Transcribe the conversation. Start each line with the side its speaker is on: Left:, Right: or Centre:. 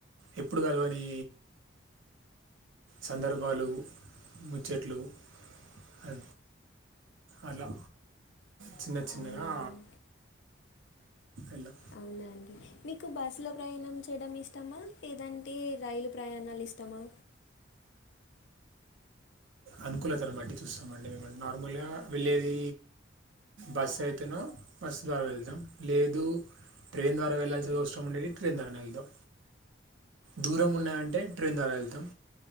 Right: ఎప్పుడు కలవని సందర్భాలు ముచ్చట్లు అ అలా చిన్న చిన్నగా
Left: అవునా అండి
Right: ఎలామ్
Left: అవునాండి మీకు బస్సులో ప్రయాణం చేయడం ఇష్టమా లేదంటే రైలు ప్రయాణాలు ఇష్టమా
Right: అనుకూలతను బట్టి చూస్తామండి మేం నార్మల్గా వెళ్ళేది బస్ అయితేనో బస్ ద్వారా వెళ్దాం లేదు ట్రైన్ ద్వారా వెళ్లాల్సిన అవసరం ఉండేది ట్రైన్ ద్వారా వెళ్దాం దూరం ఉన్నాయంటే ట్రైన్ ద్వారా వెళ్తాం